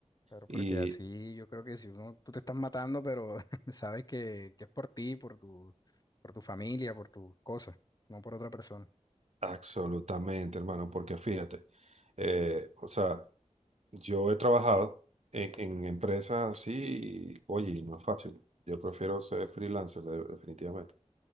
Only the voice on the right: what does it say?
Y
Absolutamente, hermano, porque fíjate, eh, o sea, yo he trabajado en, en empresas así, y, oye, y no es fácil. Yo prefiero ser freelancer, de- definitivamente.